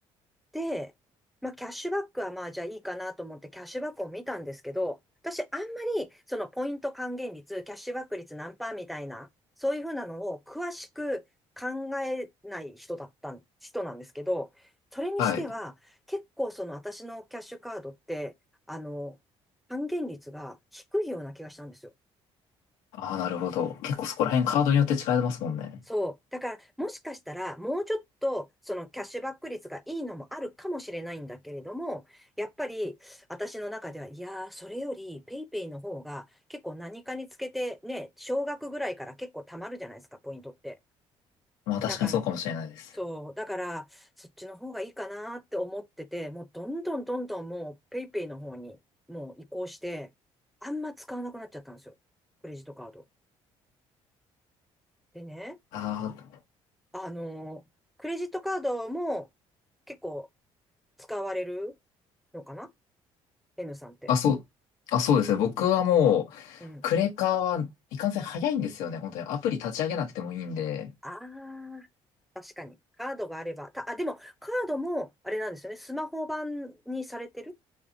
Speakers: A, in the centre; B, on the left (about 85°).
A: で、まあ、キャッシュバックはまあ、じゃあいいかなと思って、キャッシュバックを見たんですけど、私、あんまり、そのポイント還元率、キャッシュバック率何パーみたいな、そういうふうなのを詳しく考えない人だったん、人なんですけど、それにしては、
B: はい。
A: 結構その私のキャッシュカードって、あの、還元率が低いような気がしたんですよ。
B: あー、なるほど。結構そこら辺カードによって違いますもんね。
A: そう。だから、もしかしたら、もうちょっと、そのキャッシュバック率がいいのもあるかもしれないんだけれども、やっぱり、私の中では、いやー、それより、ペイペイの方が、結構何かにつけて、ね、少額ぐらいから結構貯まるじゃないですか、ポイントって。
B: まあ確かにそうかもしれないです。
A: だから、そう。だから、そっちの方がいいかなって思ってて、もうどんどんどんどんもう、ペイペイの方に、もう移行して、あんま使わなくなっちゃったんですよ。クレジットカード。でね、
B: あー、
A: あの、クレジットカードも結構使われるのかな ?N さんって。
B: あ、そう、あ、そうですね。僕はもう、
A: うん。
B: クレカはいかんせん早いんですよね。本当に。アプリ立ち上げなくてもいいんで。
A: ああ、確かに。カードがあれば。た、あ、でも、カードも、あれなんですよね。スマホ版にされてる